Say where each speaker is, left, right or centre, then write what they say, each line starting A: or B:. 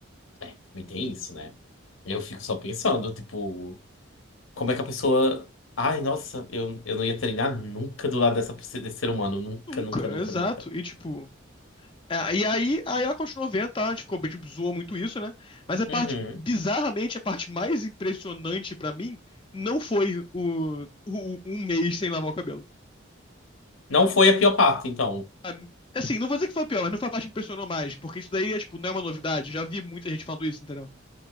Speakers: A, on the left; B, on the left.
A: É, também tem isso, né? Eu fico só pensando, tipo, como é que a pessoa. Ai, nossa, eu, eu não ia treinar nunca do lado dessa, desse ser humano. Nunca,
B: Nunca,
A: nunca, nunca,
B: exato.
A: nunca.
B: E tipo. É, e aí, aí ela continuou vendo, tá? A gente ficou, tipo, zoou muito isso, né? Mas a
A: Uhum.
B: parte, bizarramente, a parte mais impressionante pra mim não foi o, o- um mês sem lavar o cabelo.
A: Não foi a pior parte, então.
B: A- Assim, não vou dizer que foi pior, mas não foi a parte que impressionou mais, porque isso daí é, tipo, não é uma novidade. Já vi muita gente falando isso, entendeu?